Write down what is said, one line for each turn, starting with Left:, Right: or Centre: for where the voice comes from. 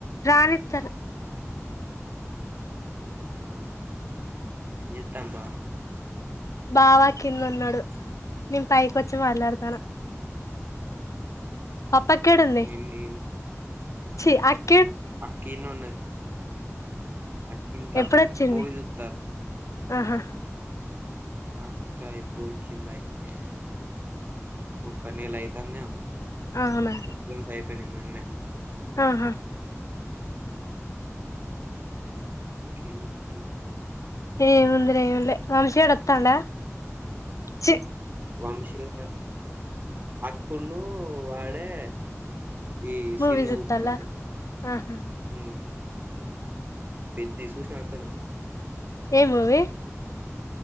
Left: రానిత్తరు
Right: ఆహా మీ యతన్ బా
Left: బావ కింద ఉన్నాడు నేను పైకొచ్చి మాట్లాడతాన పప్పక్క ఏడుంది
Right: ఎన్ని
Left: చీ అక్
Right: అక్కీ ఈడ్నే ఉన్నది అక్కింట్లో
Left: ఎప్పుడొచ్చింది
Right: ఫ్ మూవీ చూతారు
Left: ఆహా
Right: అక్క ఇప్పుడు కింద ఐతే ఒక్క నెల అయితాందేమో
Left: అవునా
Right: ఎగ్జామ్స్ అయిపోయినాయి మొన్ననే ఆ
Left: ఆహా
Right: ఇంకేం ఇత్త
Left: ఏముంది రే ఏమీలే వంశీ గాడు వత్తాండ ఛీ
Right: వంశీనా అఖులు వాడే ఈ
Left: మూవీ
Right: సినిమా
Left: చూత్తాల్ల
Right: జూత్తాళ్లు
Left: ఆహా
Right: ఊ పెద్ది చూసినావా అక్క నువ్
Left: ఏ మూవి